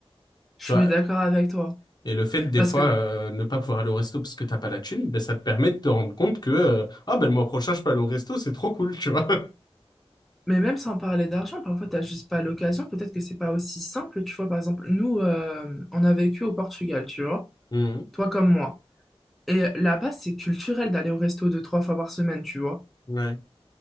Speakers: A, in the centre; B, on the left.
A: Je
B: Tu
A: suis
B: vois,
A: d'accord avec toi.
B: et le fait, des
A: Parce
B: fois,
A: que,
B: euh, ne pas pouvoir aller au resto parce que t'as pas la thune, ben, ça te permet de te rendre compte que, euh, ah, ben, le mois prochain, je peux aller au resto, c'est trop cool, tu vois. <laughs>
A: mais même sans parler d'argent, parfois, t'as juste pas l'occasion. Peut-être que c'est pas aussi simple, tu vois. Par exemple, nous, euh, on a vécu au Portugal, tu vois.
B: Mhm.
A: Toi comme moi. Et là-bas, c'est culturel d'aller au resto deux, trois fois par semaine, tu vois.
B: Ouais.